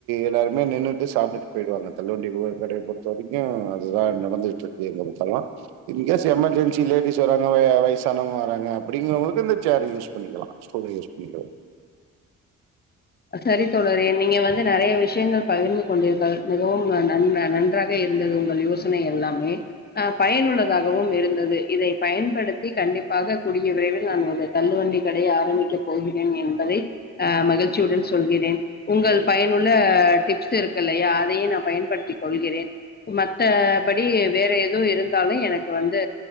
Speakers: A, on the right; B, on the left.
A: எல்லாருமே நின்னுட்டு சாப்ட்டுட்டு போயிடுவாங்க தல்லு வண்டி ஒவ்வொரு கடய பொறுத்த வரைக்கு அதுதா நடந்துட்டு இருக்கு எங்க பாத்தாலு இன்கேஸ் எமர்ஜென்சி லேடிஸ் வராங்க வய வயசானவங்க வராங்க அப்படிங்கறபொழுது இந்த சேர் யூஸ் பண்ணிக்கலா ஸ்டூல யூஸ் பண்ணிக்க
B: சரி தோழரே நீங்க வந்து நறைய விஷயங்கள் பகிர்ந்து கொண்டீர்கள் மிகவும் ந நன் நன்றாக இருந்தது உங்கள் யோசனை எல்லாமே அ பயனுள்ளதாகவும் இருந்தது இத பயன்படுத்தி கண்டிப்பாக கூடிய விரைவில் நான் ஒரு தள்ளுவண்டி கடைய ஆரம்பிக்கப் போகிறேன் என்பதை அ மகிழ் ச்சியுடன் சொல்கிறேன் உங்கள்
A: எங்
B: பயனுள்ள
A: எங்
B: டிப்ஸ் இருக்குல்ல யாரையு நா பயன்படுத்திக் கொள்கிறேன் மத்த படி வேற எது இருந்தாலு எனக்கு வந்து